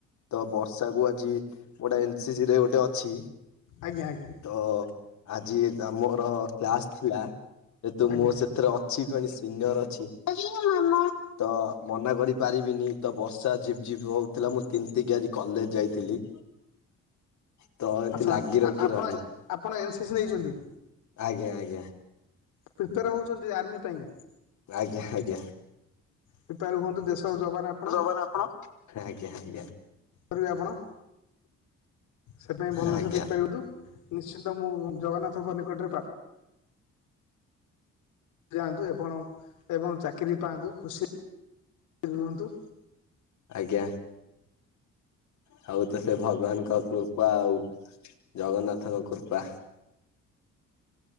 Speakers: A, on the left; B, on the left.
A: ତ ବ ଷା କୁ ଆଜି। ଗୋଟେ ଏନ ସିସି ରେ ଗୋଟେ ଅଛି।
B: ଆଜ୍ଞା ଆଜ୍ଞା।
A: ତ। ଆଜି ଦାମର କ୍ଲାସ ଥିଲା। ଯେତୁ
B: ଆଜ୍ଞା
A: ମୁଁ ସେଥିରେ ଅ ଅଛି କହିଲେ ସିନିୟର ଅଛି। ଅଛି ହଁ ମାମା। ତ ମନା କରି ପାରିବିନି ତ ବର୍ଷା ଝିପ୍ ଝିପ୍ ହଉଥିଲା ମୁଁ ତିନ୍ତିକି ଆଜି କଲେଜେ ଯାଇଥିଲି। ତ ଏମିତି
B: ଆଚ୍ଛା
A: ଲାଗି
B: ଆପଣ
A: ରଖି ରହିଲା
B: ଆ ଆପଣ ଏନ୍ସିସ୍ ନେଇଛନ୍ତି?
A: ଆଜ୍ଞା ଆଜ୍ଞା।
B: ପ୍ରିପେୟାର ହେଉଛନ୍ତି ଆର୍ମି ପାଇଁ?
A: ଆଜ୍ଞା ଆଜ୍ଞା।
B: ପ୍ରିପେୟାର ହୁଅନ୍ତୁ ଦେଶର ଯବାନ ଆପଣ
A: ଜବାର ଆପଣ। ଆଜ୍ଞା ଆଜ୍ଞା।
B: କରିବେ ଆପଣ। ସେ ପାଇଁ ଭଲସେ
A: ଆଜ୍ଞା
B: ପ୍ରିପାୟର ହୁଅନ୍ତୁ। ନିଶ୍ଚି ତ ମୁଁ ଜଗନ୍ନାଥ କ ନିକଟରେ ପ୍ରା ଯାଆନ୍ତୁ ଏବଂ ଏବଂ ଚାକିରିୀ ପାଆନ୍ତୁ ଖୁସି ରୁହନ୍ତୁ।
A: ଆଜ୍ଞା। ସବୁତ ସେ ଭଗବାନଙ୍କ କୃପା ଆଉ ଜଗନ୍ନାଥଙ୍କ କୃପା।